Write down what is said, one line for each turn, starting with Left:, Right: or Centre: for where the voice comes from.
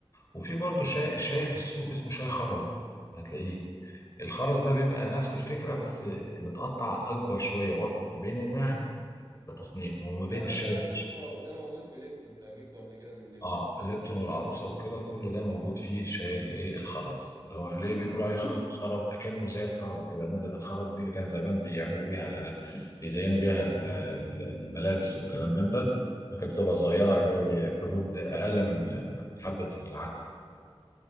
Left: وفي برضه
Right: اه
Left: شاي شاي في السوق اسمه شاي خرز هتلاقيه الخرز ده بيبقى نفس الفكره بس متقطع اكبر شويه وسط ما بين الناعم كتصنيف وما بين
Right: ده
Left: الشاي
Right: ده
Left: الخشن
Right: ده مو- ده موجود في ليبتون ده جبته قبل كده من ليبتون
Left: اه ليبتون والعروسه وكده كل ده موجود فيه الشاي الايه الخرز اللي هو ليه بيقولوا
Right: اه
Left: عليه خ- خرز اكنه زي الخرز كده ماده الخرز دي اللي كان زمان بيعملوا بيها بيزينوا بيها ال- ال- الملابس والكلام من ده لكن بتبقى صغيرة
Right: ايوه
Left: زي حبوب أقل من من حبة العدس